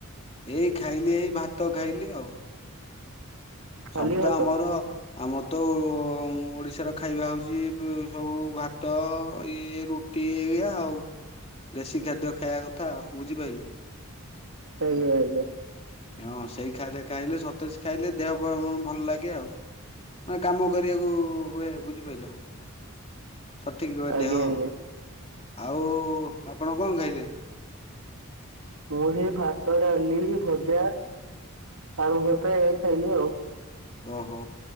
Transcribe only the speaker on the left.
ଏଇ ଖାଇଲି ଏଇ ଭାତ ଖାଇଲି ଆଉ।
ସବୁ
ତ ଆମର ଆମର ତ ଓଡ଼ିଶାର ଖାଇବା ହେଉଛି ସବୁ ଭାତ ଇଏ ରୁଟି ଏଇଆ ଆଉ ଦେଶୀ ଖାଦ୍ୟ ଖାଇବା କଥା ଆଉ ବୁଝିପାଇଲେ।
ହଁ ସେଇ ଖାଦ୍ୟ ଖାଇଲେ ସତେଜ ଖାଇଲେ ଦେହ ଭଲ ଲାଗେ ଆଉ ମାନେ କାମ କରିବାକୁ ହୁଏ ବୁଝିପାରିଲ। ସଠିକ ରୁହେ
ଦେହ।
ଆଉ ଆପଣ କଣ ଖାଇଲେ?
ଓହୋ